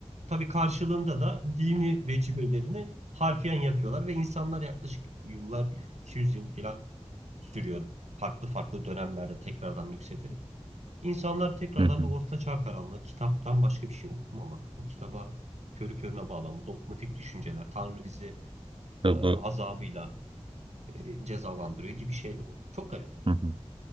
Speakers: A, on the right; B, on the right.
A: tabii karşılığında da dini vecibelerini harfiyen yapıyorlar ve insanlar yaklaşık yıllar, 200 yıl falan sürüyor. Farklı farklı dönemlerde tekrardan yükselerek. İnsanlar tekrardan
B: Hı hı.
A: bir orta çağ karanlığı, kitaptan başka bir şey okumama, bu kitaba körü körüne bağlanma, dogmatik düşünceler, Tanrı bizi
B: Tabii.
A: e, azabıyla e, cezalandırıyor gibi şeyler oluyor. Çok garip.
B: Hı hı.